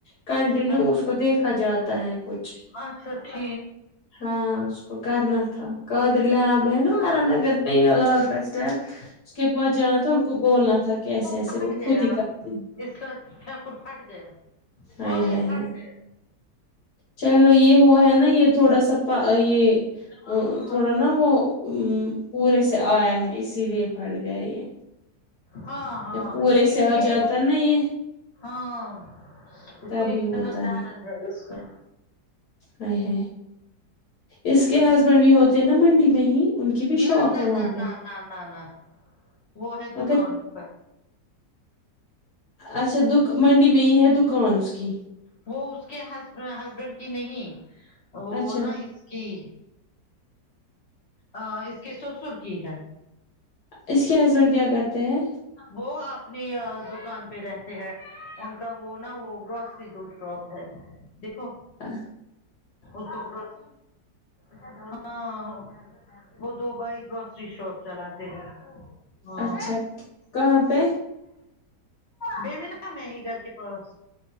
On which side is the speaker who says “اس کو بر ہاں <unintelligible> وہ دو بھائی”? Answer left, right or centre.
Left